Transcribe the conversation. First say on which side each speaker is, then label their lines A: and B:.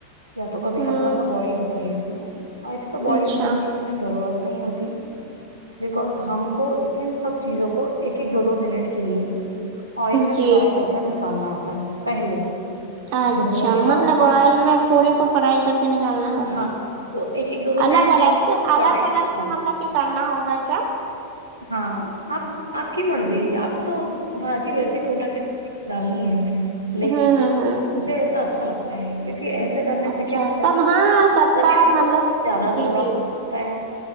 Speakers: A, on the right; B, on the right.
A: یا تو کبھی
B: ہوں
A: ہلکا سا بوائل بھی کر لیتی ہوں ایسے تو بوائل
B: اچھا
A: کرنی کی میں ضرورت نہیں ہوتی بکز ہم کو ان سب چیزوں کو ایک ایک دو دو منٹ کے لیے آئل میں
B: جی
A: فرائی کر کر نکالنا ہوتا ہے پہلے
B: اچھا
A: دھونے کے
B: مطلب
A: بعد
B: آئل میں پورے کو فرائی کر کے نکالنا ہوتا
A: ہاں تو ایک ایک دو دو
B: الگ
A: منٹ کے
B: الگ
A: لیے
B: سے
A: سوٹے
B: الگ
A: کرنا
B: الگ سے
A: ہوتا
B: مطلب کہ کرنا ہوگا کیا
A: ہاں آپ آپ کی مرضی آپ کو تو بھاجی ویسے بھی اٹا کے <unintelligible> ڈالنی ہے لیکن
B: ہاں ہاں
A: مجھے ایسا اچھا لگتا ہے کیونکہ ایسا کرنے سے
B: اچھا
A: کیا ہوتا
B: سب
A: ہے
B: ہاں سب
A: گلی
B: کا
A: فلیور
B: مطلب
A: بھی زیادہ
B: جی
A: تھوڑا
B: جی
A: ہوتا ہے